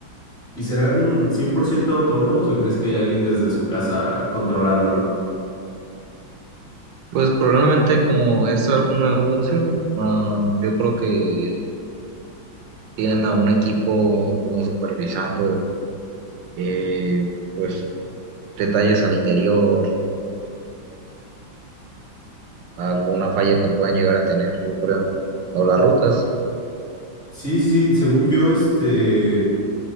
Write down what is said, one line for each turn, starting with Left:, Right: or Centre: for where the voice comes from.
Left: ¿Y serán 100% autónomos o crees que hay alguien desde su casa controlándolo?
Right: Pues probablemente como es algún negocio, ah, yo creo que tienen a un equipo como supervisando eh, pues detalles al interior. alguna falla que puedan llegar a tener, yo creo, o las rutas.
Left: Sí, sí, sí, según yo, este,